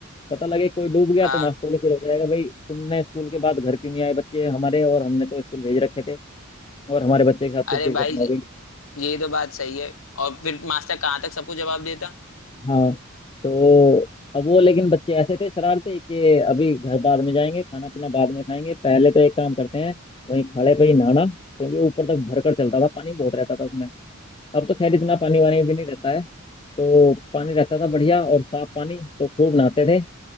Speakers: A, on the left; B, on the left.
A: पता लगे कोई डूब गया
B: हाँ
A: तो मास्टरों के सिर हो जाएगा भाई तुमने स्कूल के बाद घर क्यों नहीं आए बच्चे हमारे और हमने तो स्कूल भेज रखे थे और हमारे बच्चे के साथ कुछ
B: अरे
A: दुर्घटना
B: भाई
A: हो गई
B: ये तो बात सही है और फिर मास्टर कहाँ तक सबको जवाब देता
A: हाँ तो अब वो लेकिन बच्चे ऐसे थे शरारते कि अभी घर बाद में जाएंगे खाना पीना बाद में खाएंगे पहले तो एक काम करते हैं वहीं खड़े पे ही नहाना क्योंकि ऊपर तक भरकर चलता था पानी बहुत रहता था उसमें अब तो खैर इतना पानी वानी भी नहीं रहता है तो पानी रहता था बढ़िया और साफ पानी तो खूब नहाते थे